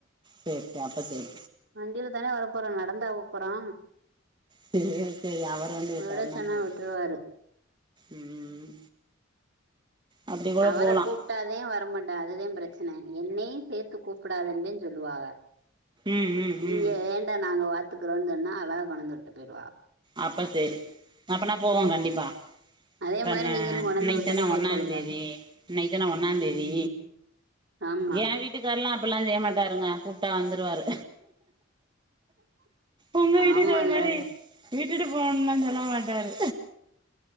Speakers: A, on the right; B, on the right.
A: சேர் சேரி அப்ப செரி
B: வண்டில தானே வர போறோ நடந்தா போ போறோ
A: சேரி சேரி அவரு வந்து விட்டாருனா
B: விட சொன்னா
A: சேரி
B: விட்ருவாரு
A: ம் அப்படி கூட
B: அவர
A: போகலாம்
B: கூப்ட்டாதே வரமாட்டா அதுதே ப்ரச்சன என்னை சேத் து கூப்பிடாதேன்தே சொல்லுவாக
A: ம் ம்
B: நீங்க
A: ம்
B: வேண்டா நாங்க வாத் துக்குறோன் சொன்னா அழகா கொண்டந்து விட்டு போயிருவா
A: அப்ப சேரி அப்பனா போவோ கண்டிப்பா
B: அதே
A: தண்ண
B: மாரி நீங்களு கொண்டாந்து
A: இன்னைக்கி
B: விட்டுட்டு
A: தானே
B: போ
A: ஒன்னாந்தேதி
B: சொல்லுங்க
A: இன்னைக்கி தானே ஒன்னாந்தேதி
B: ம் ஆமா
A: ஏ வீட்டுக்காரெல்லா அப்பெல்லா செய்ய மாட்டாருங்க கூப்ட்டா வந்துருவாரு உங்க வீட்டுக்கார
B: ஆமால்லே
A: மாதிரி விட்டுட்டு போன்லா சொல்ல மாட்டாரு